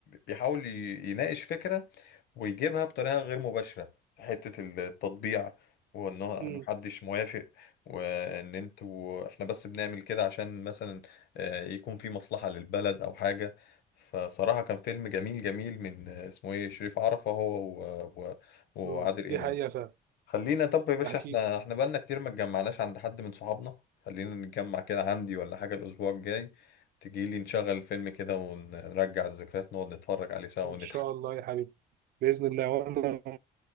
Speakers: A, on the left (about 70°); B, on the right (about 65°).
A: بيحاول ي- يناقش فكره ويجيبها بطريقة غير مباشرة في حتة التطبيع وان هو إن
B: مم.
A: محدش موافق وان انتوا احنا بس بنعمل كده عشان مثلا آه، يكون في مصلحة للبلد او حاجة فصراحة كان فيلم جميل جميل من آه، اسمه ايه شريف عرفة هو و... و... وعادل
B: مم. دي
A: امام
B: حقيقه فعلا
A: خلينا طب يا باشا
B: اكيد
A: احنا احنا بقالنا كتير ما اتجمعناش عند حد من صحابنا خلينا نتجمع كده عندي ولا حاجة الاسبوع الجاي تجيلي نشغل الفيلم كده ونرجع الذكريات نقعد نتفرج عليه سوا
B: إن
A: ونضحك
B: شاء الله يا حبيبي بإذن الله وأنا